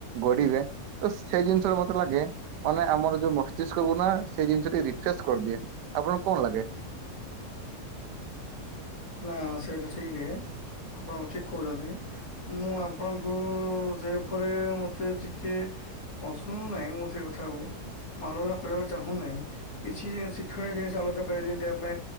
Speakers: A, on the right; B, on the left.
A: ଗଡ଼ିବେ ତ ସେଇ ଜିନିଷଟା ମତେ ଲାଗେ ମାନେ ଆମର ଯୋଉ ମସ୍ତିଷ୍କ କୁନା ସେଇ ଜିନିଷ ରିଫ୍ରେଶ କରିଦିଏ। ଆପଣଙ୍କୁ କଣ ଲାଗେ?
B: ନା ସେଇଟା ଠିକି ଆପଣ ଠିକ୍ କହୁଚନ୍ତି। ମୁଁ ଆପଣଙ୍କୁ ସେଉପରେ ମତେ ଟିକେ ଅ ଶୁନୁନାହିଁ ମୁଁ ସେକଥାକୁ ଆଲଚନା କରିବାକୁ ଚାହୁଁ ନାହିଁ। କିଛି ଶିକ୍ଷଣୀୟ ଜିନିଷ ଆଲୋଚନା କରିବା ଯେମିତି ଆମେ